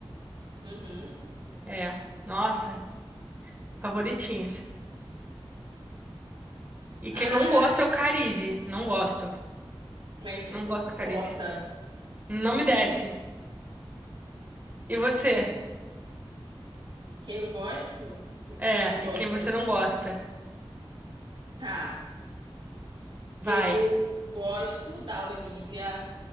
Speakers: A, on the right (about 60°); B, on the right (about 20°).
A: Uhum.
B: é. Nossa, favoritinhas. E
A: Ah,
B: quem eu não gosto é o Carize. Não gosto.
A: mas
B: Não
A: tipo, você
B: gosto
A: não suporta.
B: do Carize. Não me desce. E você?
A: Quem eu gosto e quem
B: É,
A: não gosto.
B: e quem você não gosta?
A: Tá.
B: Vai.
A: Eu gosto da Olivia.